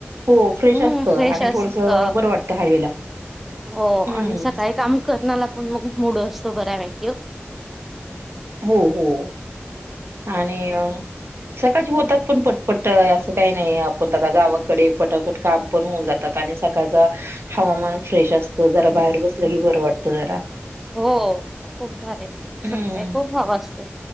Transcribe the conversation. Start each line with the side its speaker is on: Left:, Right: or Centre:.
Right: हो फ्रेश
Centre: हम्म
Right: असतं
Centre: फ्रेश
Right: आणि
Centre: असत.
Right: थोडस बरं वाटत हवेला.
Centre: हो
Right: हम्मं.
Centre: आणि सकाळी काम करण्याला पण मग मूड असतो बऱ्यापैकी-
Right: हो हो. आणि अ सकाळची होतात पण पटपट असं काही नाही आहे. आपण आता गावाकडे पटापट काम पण होऊन जातात आणि सकाळच हवामान फ्रेश असतं जरा बाहेर बसलं ह बरं वाटत जरा-
Centre: हो खूप भारी तस
Right: हम्म
Centre: काय खूप हव असते.